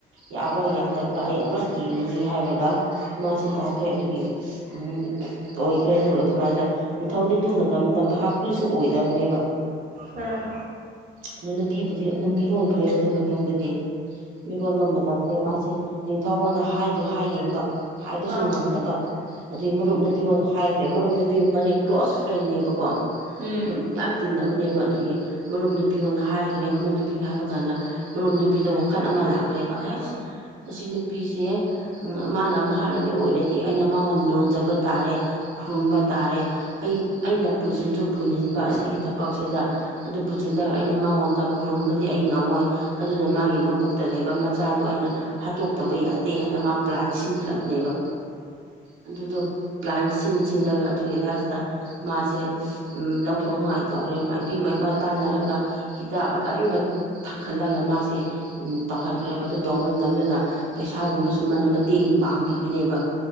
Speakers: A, on the right (about 80°); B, on the right (about 45°).
A: ꯌꯥꯕ꯭ꯔꯥ ꯌꯥꯗꯕ꯭ꯔꯥ ꯑꯩ ꯑꯃꯔꯛ ꯌꯦꯡꯉꯤꯅꯤ ꯍꯥꯏꯔꯒ ꯃꯥꯁꯦ ꯇꯧꯈ꯭ꯔꯦ ꯑꯗꯨꯒꯤ ꯑꯝ ꯑꯣꯏꯈ꯭ꯔꯦ ꯑꯗꯨꯒ ꯑꯗꯨ ꯀꯥꯟꯗ ꯅꯤꯡꯊꯧ ꯊꯧꯗꯤ ꯑꯗꯨ ꯃꯇꯝꯗ ꯚꯥꯞꯀꯔꯤꯁꯨ ꯑꯣꯏꯗꯕꯅꯦꯕ
B: ꯎꯝ
A: ꯑꯗꯨ ꯅꯨꯄꯤꯕꯨꯗꯤ ꯑꯗꯨꯝ ꯃꯤꯔꯣꯟꯈ꯭ꯔꯦ ꯃꯗꯨ ꯃꯇꯨꯡꯗꯗꯤ ꯃꯤꯔꯣꯟꯕ ꯃꯇꯝꯗ ꯃꯥꯁꯦ ꯅꯤꯡꯊꯧꯉꯣꯟꯗ ꯍꯥꯏꯗꯨ ꯍꯥꯏꯅꯤꯡꯕ ꯍꯥꯏꯕꯁꯨ
B: ꯎꯝ
A: ꯉꯝꯗꯕ ꯑꯗꯩ ꯃꯔꯨꯞ ꯅꯨꯄꯤꯌꯣꯟ ꯍꯥꯏꯈ꯭ꯔꯦ ꯃꯔꯨꯞ ꯅꯨꯄꯤ ꯃꯔꯦꯛꯇꯣ ꯀ꯭ꯂꯣꯁ ꯐ꯭ꯔꯦꯟꯅꯦꯕꯀꯣ
B: ꯎꯝ
A: ꯑꯗꯨꯝ ꯌꯥꯝ ꯇꯤꯟ ꯅꯕꯅꯦꯕ ꯑꯗꯨꯒꯤ ꯃꯔꯨꯞ ꯅꯨꯄꯤ ꯉꯣꯟꯗ ꯍꯥꯏꯈ꯭ꯔꯦ ꯃꯔꯨꯞ ꯄꯤꯡ ꯍꯥꯏꯕ ꯀꯥꯟꯗ ꯃꯔꯨꯞ ꯅꯨꯄꯤꯗ ꯋꯥꯈꯜ ꯑꯃ ꯂꯥꯛꯈ꯭ꯔꯦꯕ ꯑꯦꯁ ꯑꯁꯤ ꯅꯨꯄꯤꯁꯦ ꯃꯥꯅ ꯃꯍꯥꯔꯥꯅꯤ ꯑꯣꯏꯔꯗꯤ ꯑꯩꯅ ꯃꯥꯉꯣꯟ ꯅꯣꯟꯖꯕ ꯇꯥꯔꯦ ꯈꯨꯔꯨꯝꯕ ꯇꯥꯔꯦ ꯑꯩ ꯑꯩꯅ ꯄꯨꯁꯤꯟꯁꯨ ꯄꯨꯟꯁꯤꯟꯕ ꯑꯁꯤꯒꯤ ꯊꯕꯛꯁꯤꯗ ꯑꯗꯨ ꯄꯨꯖꯤꯜꯂꯒ ꯑꯩꯅ ꯃꯉꯣꯟꯗ ꯈꯨ ꯈꯨꯔꯨꯝꯕꯗꯤ ꯑꯩ ꯉꯝꯃꯣꯏ ꯑꯗꯨꯅ ꯃꯥꯒꯤ ꯃꯕꯨꯛꯇ ꯂꯩꯕ ꯃꯆꯥꯗꯣ ꯑꯩꯅ ꯍꯥꯠꯇꯣꯛꯇꯕ ꯌꯥꯗꯦ ꯍꯥꯏꯅ ꯃꯥ ꯄ꯭ꯂꯥꯟ ꯁꯤꯟꯈ꯭ꯔꯕꯅꯦꯕ ꯑꯗꯨꯗꯣ ꯄ꯭ꯂꯥꯟ ꯁꯤꯟ ꯁꯤꯟꯂꯒ ꯑꯗꯨꯒꯤ ꯂꯥꯁꯇ ꯃꯥꯁꯦ ꯎꯝ ꯂꯧꯊꯣꯛ ꯅꯨꯡꯉꯥꯏ ꯇꯧꯈ꯭ꯔꯦ ꯃꯥꯏꯕꯤ ꯃꯩꯃ ꯇꯥꯅꯔꯒ ꯍꯤꯗꯥꯛ ꯀꯟꯕ ꯊꯥꯛꯍꯜꯂꯒ ꯃꯥꯁꯤ ꯑꯝ ꯇꯧꯍꯟꯈ꯭ꯔꯦꯕ ꯑꯗꯨ ꯇꯧꯕ ꯃꯇꯝꯗꯨꯗ ꯄꯩꯁꯥꯒꯨꯝꯕꯁꯨ ꯃꯥꯅ ꯃꯇꯦꯡ ꯄꯥꯡꯕꯤꯕꯅꯦꯕ